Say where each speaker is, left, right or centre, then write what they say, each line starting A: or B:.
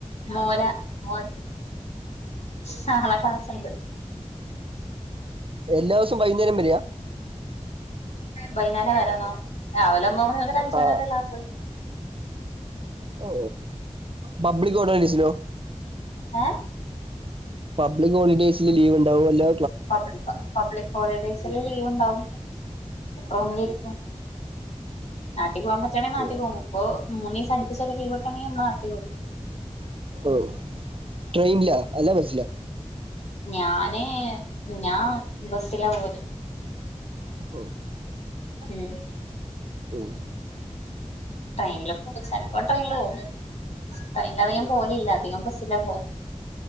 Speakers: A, on the left; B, on the right.
A: മോര മോര നാളെ ക്ലാസ്ണ്ട്
B: എല്ലാ ദിവസവും വൈകുന്നേരം വരയാ
A: വൈകുന്നേരം വരാമോ രാവിലെ ഒമ്പ മണി മുതൽ അഞ്ചുമണി
B: ആ
A: വരെ ക്ലാസ്
B: ഓ പബ്ലിക് ഓഡസിലോ
A: ഏ
B: പബ്ലിക് ഹോളിഡേസില് ലീവ് ഉണ്ടാവും അല്ലോ
A: പബ് പബ്ലിക് ഹോളിഡേസില് ലീവ് ഉണ്ടാവും റൂമിൽ ഇരിക്കും നാട്ടിൽ പോകാൻ പറ്റാണെങ്കിൽ നാട്ടിൽ
B: ഓ
A: പോകും ഇപ്പ മൂന്ന്ദിവസം ഒരു സം ലീവ് കിട്ടണേ <unintelligible>
B: ഓ ട്രെയിനിലാ അല്ലാ ബസ്സിലാ
A: ഞാന്ഞാ ബസില പോല്
B: ഓ..
A: മ്
B: ഉം
A: ട്രെയിനിൽ പോവു ചെലപ്പോ ട്രെയിനിൽ പോകും. ട്രെയിനില് അധികം
B: ഉം
A: പോവലില്ല അധികം ബസ്സില പോവൽ